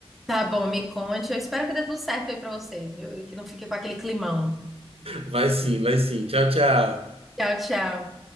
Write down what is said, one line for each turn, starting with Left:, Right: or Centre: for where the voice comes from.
Centre: Tá bom, me conte. Eu espero que dê tudo certo aí pra vocês, viu? E que não fique com aquele climão.
Right: Vai sim, vai sim. Tchau, tchau.
Centre: Tchau, tchau.